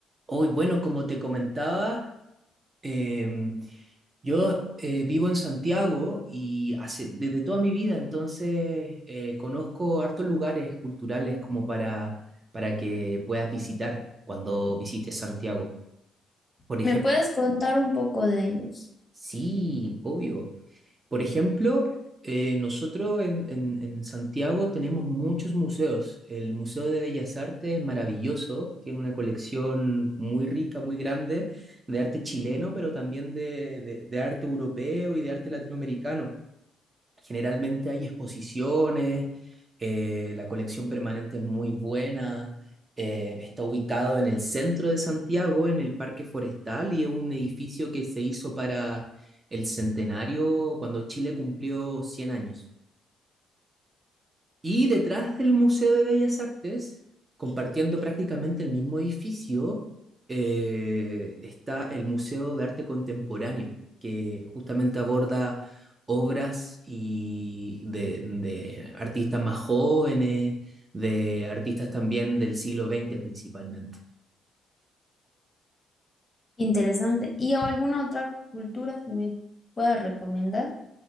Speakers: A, on the right; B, on the left.
A: Hoy, bueno, como te comentaba, em, yo eh, vivo en Santiago y hace, desde toda mi vida, entonces eh, conozco hartos lugares culturales como para, para que puedas visitar cuando visites Santiago. Por
B: ¿Me puedes contar un poco de ellos?
A: Sí, obvio. Por ejemplo, eh, nosotros en, en- en Santiago tenemos muchos museos. El Museo de Bellas Artes es maravilloso, tiene una colección muy rica, muy grande de arte chileno, pero también de, de- de arte europeo y de arte latinoamericano. Generalmente hay exposiciones, eh, la colección permanente es muy buena, eh, está ubicado en el centro de Santiago, en el Parque Forestal, y es un edificio que se hizo para el centenario cuando Chile cumplió 100 años. Y detrás del Museo de Bellas Artes, compartiendo prácticamente el mismo edificio, eh, está el Museo de Arte Contemporáneo, que justamente aborda obras y de, de artistas más jóvenes, de artistas también del siglo XX principalmente.
B: Interesante. ¿Y alguna otra cultura que me puedas recomendar?